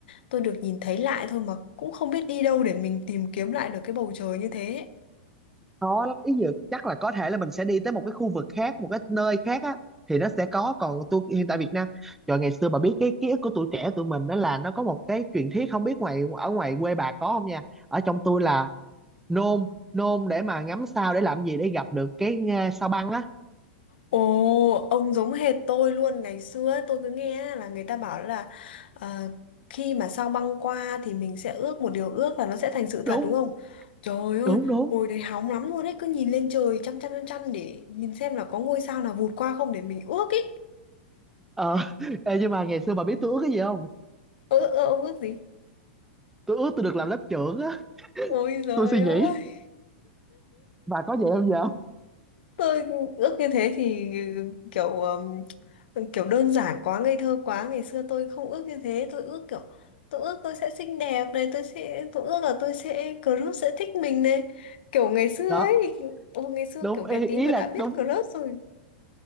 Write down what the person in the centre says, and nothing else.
khó lắm ý dự chắc là có thể là mình sẽ đi tới một cái khu vực khác một cái nơi khác á thì nó sẽ có còn tôi hiện tại Việt Nam trời ngày xưa bà biết cái ký ức của tuổi trẻ tụi mình đó là nó có một cái truyền thuyết không biết ngoài ở ngoài quê bà có không nha ở trong tôi là nôn nôn để mà ngắm sao để làm gì để gặp được cái à, sao băng á
đúng
đúng đúng
Ờ, <laughs> ê, nhưng mà ngày xưa bà biết tôi ước cái gì không?
Tôi ước tôi được làm lớp trưởng á.
Tôi suy
nghĩ, bà có vậy không giờ?
Đó,
đúng
ý,
ý
là
đúng